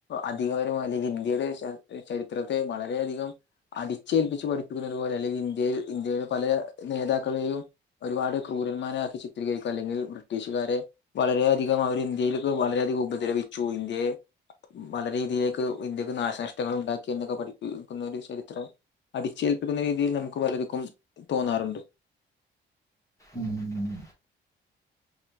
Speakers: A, on the left; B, on the left.
A: അധികപര അല്ലെങ്കിൽ ഇന്ത്യയുടെ ചരിത്രത്തെ വളരെയധികം അടിച്ചേൽപ്പിച്ച് പഠിക്കുന്നത് പോലെ അല്ലെങ്കിൽ ഇന്ത്യയിൽ ഇന്ത്യയുടെ പല നേതാക്കളെയും ഒരുപാട് ക്രൂരന്മാരക്കി ചിത്രീകരിക്കും അല്ലെങ്കിൽ ബ്രിട്ടീഷുകാരെ വളരെയധികം അവർ ഇന്ത്യയിൽക്ക് വളരെയധികം ഉപദ്രവിച്ചു ഇന്ത്യയെ വളരെ രീതിയിലേക്ക് ഇന്ത്യക്ക് നാശനഷ്ടങ്ങൾ ഉണ്ടാക്കി എന്നൊക്കെ പഠിപ്പിക്കുന്ന ഒരു ചരിത്രം അടിച്ചേൽപ്പിക്കുന്ന രീതിയിൽ നമുക്ക് പലര്ക്കും തോന്നാറുണ്ട്
B: ഉം ഉം ഉം